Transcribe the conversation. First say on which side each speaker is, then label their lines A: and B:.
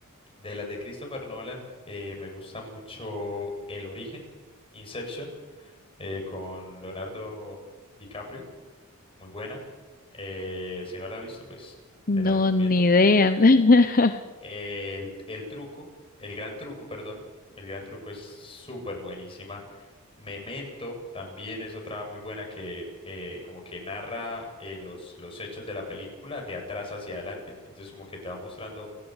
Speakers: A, on the left; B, on the left.
A: de las de Christopher Nolan, eh, me gusta mucho El Origen, Inception, eh, con Leonardo DiCaprio, muy buena. Eh, si no la has visto, pues
B: No,
A: te la recomiendo.
B: ni idea. <laughs>
A: El, el truco, el gran truco, perdón, el gran truco es súper buenísima. Memento también es otra muy buena que eh, como que narra eh, los, los hechos de la película de atrás hacia adelante, entonces como que te va mostrando